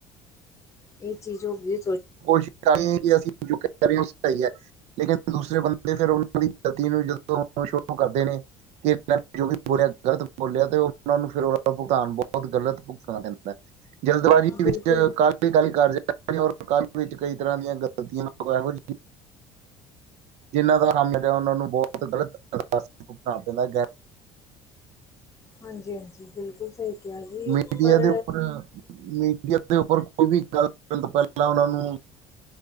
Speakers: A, on the left; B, on the right.
A: ਏ ਚੀਜ਼ ਹੋਗੀ ਐ।
B: ਕੋਸ਼ਿਸ਼ ਕਰਨੀ ਕਿ ਅਸੀ <inaudible> ਲੇਕਿਨ ਦੂਸਰੇ ਬੰਦੇ ਫਿਰ ਓਨਾਂ ਦੀ ਗ਼ਲਤੀ ਨੂੰ ਜਦੋਂ ਸ਼ੁਰੂ ਕਰਦੇ ਨੇ। ਕੇ ਜੋ ਵੀ ਬੋਲਿਆ ਗਲਤ ਬੋਲਿਆ ਤੇ ਓ ਉਨਾ ਫੇਰ ਦਾ ਭੁਗਤਾਨ ਬਹੁਤ ਗ਼ਲਤ ਭੁਗਤਣਾ ਪੈਦਾਂ। ਜਲਦਬਾਜ਼ੀ
A: ਤੇ ਬਿਲਕੁਲ
B: ਵਿੱਚ ਕਾਅਲੀ-ਕਾਅਲੀ ਕਾਰਜ। ਕਾਅਲੀ ਵਿੱਚ ਕਈ ਤਰ੍ਹਾਂ ਦੀਆਂ ਗ਼ਲਤੀਆਂ ਇਹੋ ਜਿਹੀ ਜਿੰਨਾਂ ਦਾ ਕੰਮ ਲੱਬਿਆ ਹੁੰਦਾ ਉਨਾਂ ਨੂੰ ਬਹੁਤ ਗਲਤਣਾ ਪੈਂਦਾ
A: ਹਾਂਜੀ-ਹਾਂਜੀ ਬਿਲਕੁਲ ਸਈ ਕਿਆ ਜੀ
B: ਮੀਡੀਆ
A: ਪਰ
B: ਦੇ ਉੱਪਰ ਮੀਡੀਆ ਦੇ ਉੱਪਰ ਕੋਈ ਵੀ ਗੱਲ ਕਰਨ ਤੋਂ ਪੈਲਾਂ ਓਨਾਂ ਨੂੰ